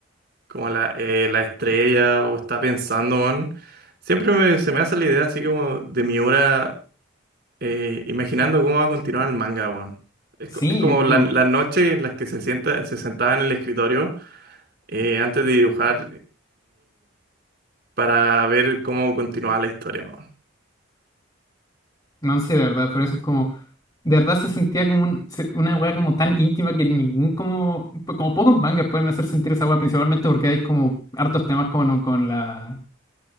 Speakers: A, on the right; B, on the left.
A: como la, eh, la estrella o está pensando, en, siempre me- se me hace la idea así como de Miura eh, imaginando cómo va a continuar el manga, weón. Es,
B: sí,
A: co- es como
B: es
A: la,
B: como,
A: la noche en las que se sienta, se sentaba en el escritorio eh, antes de dibujar. para ver cómo continuaba la historia. weón.
B: no sé, de verdad, por eso es como. De verdad se sentía como un- se- una weá como tan íntima que ningún como, pues, como pocos mangas pueden hacer sentir esa weá, principalmente porque hay como hartos temas con, con la